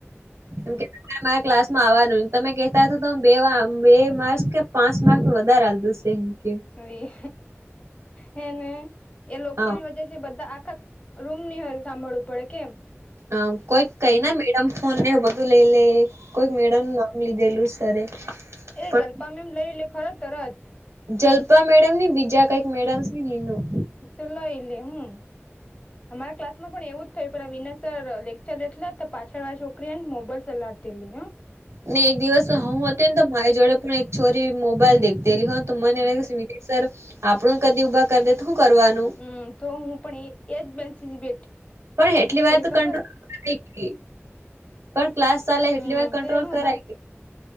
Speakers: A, on the right; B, on the left.
A: <unintelligible> અમારા ક્લાસ માં આવવાનું, તમે કહેતા હતા તો હુ બેવા, બે માર્ક્સ કે પાંસ માર્કસ વધારે આલ્દુસ. એમ કે
B: હાય, હેને, એ લોકોની
A: હા
B: વચ્ચેજ એ બધા, આખા રૂમ ની હર સાંભળવું પડે કેમ?
A: આમ, કોઈક કઈ
B: હમ
A: ને મેડમ ફોન ને એવું વધું લઈ લે. કોઈક મેડમ નુ નામ લીધેલું સરે.
B: એ
A: પણ
B: જલ્પા મિસ લઈ લે ખર તરત.
A: જલ્પા મેડમ ની, બીજા કંઈક મેડમ સેને ઇનું.
B: તો લઇ લેહુ. અમારા ક્લાસમાં પણ એવું જ થયું, પેલા વિનય સર, લેક્ચર નથલેતા, પાછળ વાળી છોકરીન હેન મોબાઈલ સલાડ તીલી હ,
A: ને એક દિવસ હું હતી ન તો, મારી જોડે પણ એક છોરી મોબાઈલ દેખ ડેલીનો તો મને
B: હમ
A: હે ને કે <unintelligible> સર આપણું કદી ઉભા કર દે તો હુ કરવાનું?
B: હમમ, તો હું પણ એ, એજ બેન્ચ જ બેઠી
A: પણ એટલી વાર તો
B: ખબર
A: કંટ્રો, <inaudible> પણ ક્લાસ સાલે એટલી
B: હમ
A: વાર કંટ્રોલ
B: તેનું
A: કરાય
B: ખ
A: કે,